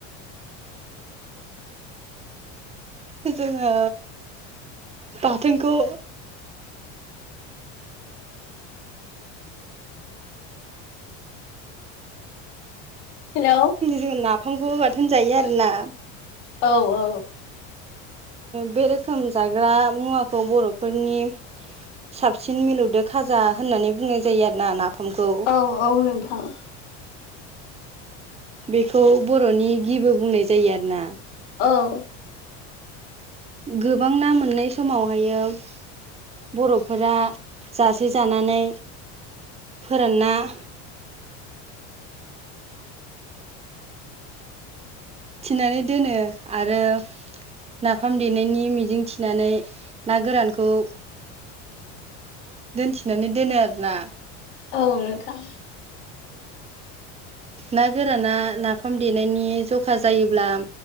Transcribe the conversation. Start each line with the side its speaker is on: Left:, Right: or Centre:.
Right: जोङो बाथोनखौ
Left: हेलौ
Right: जों नाफामखौ बाथोन जायो आरोना।
Left: औ- औ।
Right: बे रोखोम जाग्रा मुवाखौ बर'फोरनि- साबसिन मिलौदो खाजा होननानै बुंनाय जायो आरोना नाफामखौ।
Left: औ- औ नोंथां।
Right: बेखौ बर'नि गिबो बुंनाय जायो आरोना।
Left: औ।
Right: गोबां ना मोननाय समावहायो- बर'फोरा जासे जानानै फोरानना- थिनानै दोनो आरो- नाफाम देनायनि मिजिं थिनानै ना गोरानखौ- दोनथिनानै दोनो आरो ना।
Left: औ- नोंथां।
Right: ना गोराना नाफाम देनायनि जखा जायोब्ला।